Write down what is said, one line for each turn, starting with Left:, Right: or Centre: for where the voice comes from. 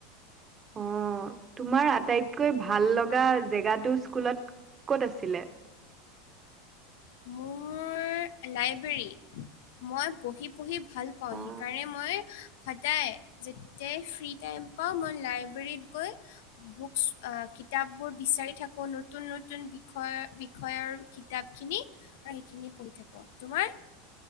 Right: অঁ তোমাৰ আটাইতকৈ ভাল লগা জেগাটো স্কুলত ক'ত আছিলে?
Left: মোৰ লাইব্ৰেৰী। মই পঢ়ি পঢ়ি ভাল পাওঁ,
Right: অ
Left: সেইকাৰণে মই সদায়, যেতিয়াই ফ্ৰী টাইম পাওঁ মই লাইব্ৰেৰীত গৈ বুকচ এ কিতাপবোৰ বিচাৰি থাকোঁ, নতুন নতুন বিষয় বিষয়ৰ কিতাপখিনি। আৰু সেইখিনি পঢ়ি থাকো আ। তোমাৰ?